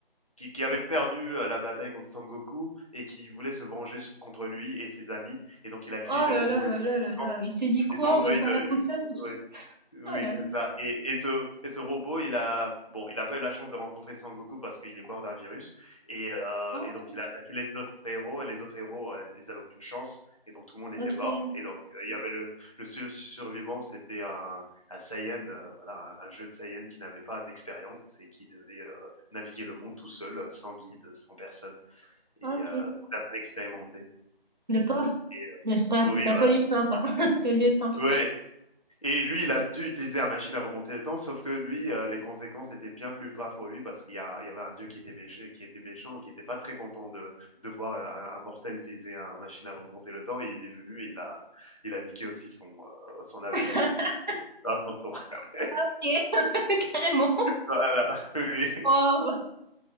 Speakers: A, on the left; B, on the right.
A: qui qui avait perdu, heu, la bataille contre Son Goku et qui voulait se venger s contre lui et ses amis et donc il a créé
B: Oh
A: des
B: là
A: robots
B: là là
A: ultra
B: là là
A: puissants,
B: là, il s'est dit quoi?
A: des androïdes,
B: On va faire
A: heu,
B: l'apocalypse.
A: ult ouais. Oui,
B: Oh là là.
A: c'est ça et et ce et ce robot, il a bon, il n'a pas eu la chance de rencontrer Sangoku parce qu'il est mort d'un virus et heu
B: Oh,
A: et donc il a attaqué les autres héros et les autres héros, heu, ils n'avaient aucune chance et donc tout le monde était
B: ok,
A: mort et donc heu, il y avait le le seul survivant, c'était un un Saiyan, heu, voilà, un un jeune Saiyan qui n'avait pas d'expérience et qui devait, heu, naviguer le monde tout seul, heu, sans guide, sans personne et
B: ok.
A: heu, sans personne expérimentée.
B: Le pauvre,
A: Et heu
B: n'est-ce pas?
A: oui,
B: Ça
A: voilà.
B: a pas dû être simple, hein. <laughs> Ça a pas dû être simple.
A: Ouais et lui, il a dû utiliser la machine à remonter le temps, sauf que lui, euh, les conséquences étaient bien plus graves pour lui parce qu'il y, a- il y avait un dieu qui était, méch- qui était méchant, qui n'était pas très content de, de voir euh, un, un mortel utiliser une machine à remonter le temps. Et il est venu et il a, il a niqué aussi son, euh, son avenir
B: <laughs>
A: à son tour. <laughs>
B: Ok, <laughs> Carrément.
A: Voilà, oui,
B: Oh,